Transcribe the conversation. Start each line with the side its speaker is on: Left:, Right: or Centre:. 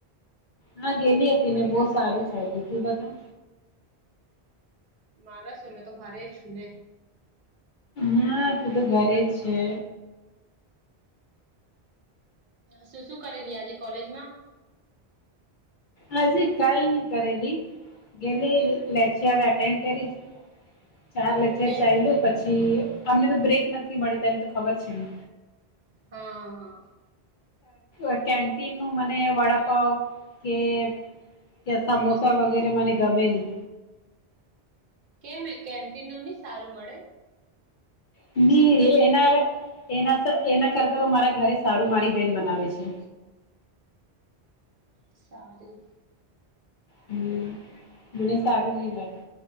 Left: હા ગેલી હતી ને બહુ સારું છેલું તું બધ.
Right: મારેસ અમે તો ઘરે છું ને.
Left: હા તું તો ઘરે જ છે.
Right: શું શું કરેલી આજે કોલેજ માં.
Left: આજે કઈ નહી કરેલી. ગેલી લેક્ચર અટેન્ડ કરી. ચાર લેચર
Right: કે
Left: ચાલ્યું પછી અમને તો બ્રેક નથી મળે તને તો ખબર છે ને.
Right: હા હા.
Left: અ કેન્ટીન નું મને વડાપાવ કે. કે સમોસા વગેરે મને ગમે ની.
Right: કેમ એ કેન્ટિનનું ની સારું મળે.
Left: ની એના એના એના કરતા તો મારા ઘરે સારું મારી બેહેન બનાવે છે.
Right: સારું.
Left: હમ મને સારું નઈ લાગે.